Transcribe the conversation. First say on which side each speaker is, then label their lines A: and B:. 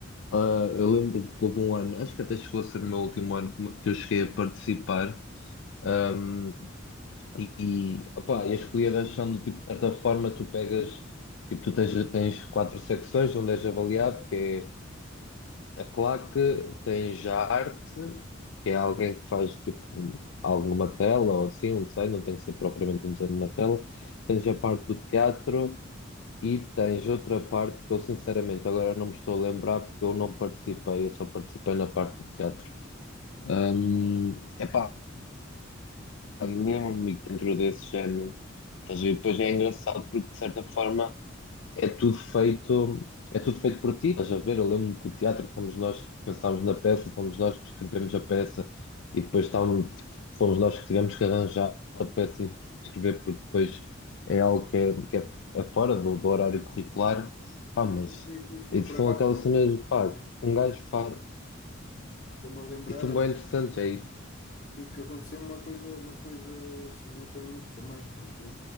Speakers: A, on the left; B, on the left.
A: ah, eu lembro que houve um ano, acho que até chegou a ser o meu último ano que me- que eu cheguei a participar. hum,
B: Sim,
A: e, opá, e as Políadas são do tipo, de certa forma, tu pegas, tipo, tu tens, tens quatro secções onde és avaliado, que é a claque tem já arte, que é
B: sim.
A: alguém que faz tipo algo numa tela ou assim, um desenho, não tem que ser propriamente um desenho numa tela. Tens a parte do teatro e tens outra parte que eu sinceramente agora não me estou a lembrar porque eu não participei, eu só participei na parte do teatro. Hum, epá, lembro-me que dentro desse género, estás a ver? Depois é engraçado porque de certa forma é tudo feito, é tudo feito por ti. Estás a ver? Eu lembro-me que o teatro
B: Ah,
A: fomos nós que pensámos na peça, fomos nós que escrevemos a peça e depois tá um- fomos nós que tivemos que arranjar a peça e escrever, porque depois é algo que é, que é, é fora do, do horário curricular.
B: Sim,
A: Pá, mas
B: sim, sim, sim, sim.
A: isso
B: Eu por
A: são
B: acaso
A: aquelas cenas,
B: eh,
A: pá, que
B: sim,
A: um gajo faz.
B: estou-me a lembrar,
A: E são
B: olha,
A: bem interessantes, é isso.
B: que, que aconteceu uma coisa, uma coisa semelhante a mim também, porque